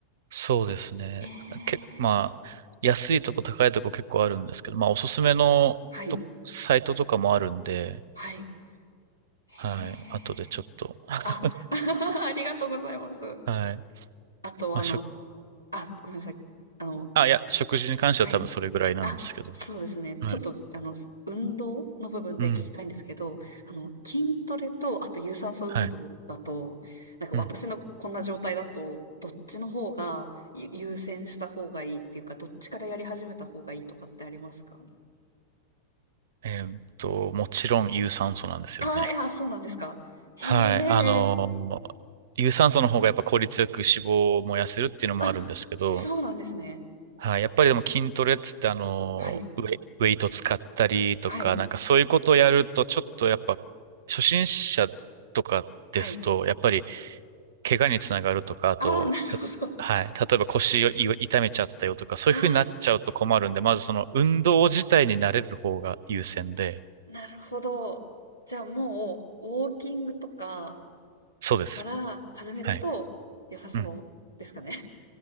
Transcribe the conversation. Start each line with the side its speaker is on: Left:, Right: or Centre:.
Right: そうですね。
Left: へえ、
Right: け、まあ、安いとこ高いとこ結構あるんですけど、まあ、おすすめのと、
Left: はい、
Right: サイトとかもあるんで、
Left: はい、へえ、
Right: はい。後でちょっと。<laughs>
Left: あ、<laughs> ありがとうございます。
Right: はい。
Left: あと、
Right: まあ、
Left: あの、
Right: 食、
Left: あ、ごめんなさい。あの、
Right: あ、いや、食事に関しては多分それぐらいなんですけど。
Left: はい。あ、そうですね。
Right: はい。
Left: ちょっと、あの、運動の部分で聞きたいんですけど、
Right: うん。
Left: あの、筋トレと、あと有酸素運動だと、
Right: はい。
Left: なんか私のこんな状態だと、
Right: うん。
Left: どっちの方がゆ優先した方がいいっていうか、どっちからやり始めた方がいいとかってありますか
Right: えーっと、もちろん有酸素なんですよね。
Left: ああー、いや、そうなんですか。へ
Right: はい。あの、
Left: え。
Right: 有酸素の方がやっぱ効率よく脂肪を燃やせるっていうのもあるんですけど、
Left: あ、そうなんですね。
Right: はい。やっぱりでも筋トレっつってあの、
Left: はい。
Right: ウェ、ウェイト使ったりとか、
Left: はい。
Right: なんかそういうことをやると、ちょっとやっぱ、初心者とかですと、
Left: はい。
Right: やっぱり怪我につながるとか、あと、
Left: ああ、なるほど。
Right: たはい。例えば腰をい痛めちゃったよとか、そういうふうになっちゃうと困るんで、
Left: あ
Right: まずその運動自体に慣れる方が優先で、
Left: なるほど。じゃあもう、ウォーキングとか
Right: そうです。
Left: から始めると良さそうですかね。
Right: はい。うん。